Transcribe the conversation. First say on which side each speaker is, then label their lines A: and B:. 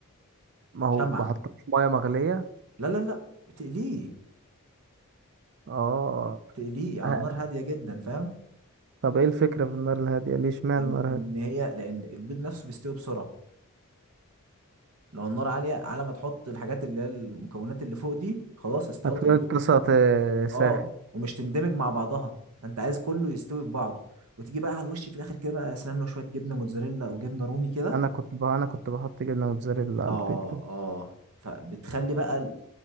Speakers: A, on the right; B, on the right.
A: ما هو
B: شمعة
A: بحطها في ميه مغليه
B: لا لا لا تقليه
A: اه
B: تقليه على
A: ه-
B: نار هاديه جدا فاهم
A: طب ايه الفكره في النار الهاديه ليه اشمعنى
B: ان
A: النار
B: ان
A: هاديه
B: هي لان البيض نفسه بيستوي بسرعه لو النار عاليه على ما تحط الحاجات اللي هي المكونات اللي فوق دي خلاص استوت
A: هتكون
B: البيض
A: اتلصقت آه، ساحل
B: اه ومش تندمج مع بعضها فانت عايز كله يستوي في بعضه وتيجي بقى على الوش في الاخر كده بقى يا سلام لو شويه جبنه موتزاريلا او جبنه رومي كده
A: انا كنت ب... انا كنت بحط جبنه موتزاريلا على
B: اه
A: البيض
B: اه فبتخلي بقى ال-